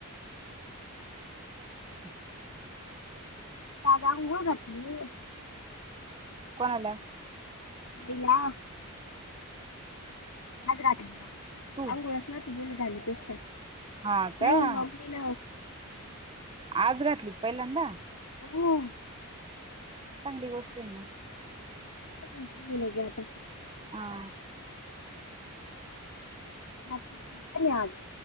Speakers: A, on the left; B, on the right.
A: हम्म
B: <inaudible>
A: दादा आंघोळ घातली.
B: कोण आलं?
A: महिला माज घाटली ना.
B: तू
A: आंगोळ्या साठी गेले. झाल तस
B: हा
A: नही
B: का
A: मम्मीन
B: आज घातली पहिल्यांदा
A: <unintelligible>
B: चांगली गोष्ट ना
A: अं बोला की आता.
B: हा!
A: आत <unintelligible> आज